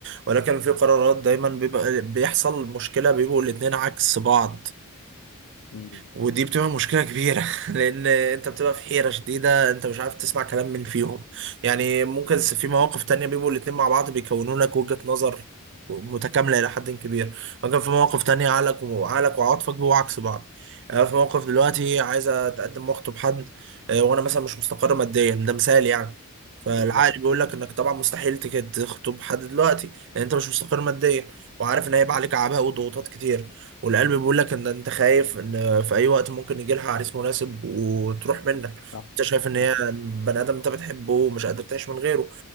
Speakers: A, on the right; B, on the left.
A: ولكن في قرارات دايما بيبقى بيحصل مشكله بيبقوا الاتنين عكس بعض
B: مم.
A: ودي بتبقى مشكلة كبيرة <laughs> لأن أنت بتبقى في حيرة شديدة أنت مش عارف تسمع كلام من فيهم يعني ممكن س- في مواقف تانية بيبقوا الاتنين مع بعض بيكونوا لك وجهة نظر متكاملة إلى حد كبير ممكن في مواقف تانية عقلك وعقلك وعاطفك بيبقوا عكس بعض أنا في موقف دلوقتي عايز أتقدم وأخطب حد آه، وأنا مثلا مش مستقر ماديا ده مثال يعني فالعقل
B: بالظبط
A: بيقول لك انك طبعا مستحيل تك- تخطب حد دلوقتي لان انت مش مستقر ماديا وعارف ان هيبقى عليك اعباء وضغوطات كتير والقلب بيقول لك ان انت خايف ان في اي وقت ممكن يجي لها عريس مناسب وتروح منك
B: صح
A: انت شايف ان
B: صح
A: هي بني ادم انت بتحبه ومش قادر تعيش من غيره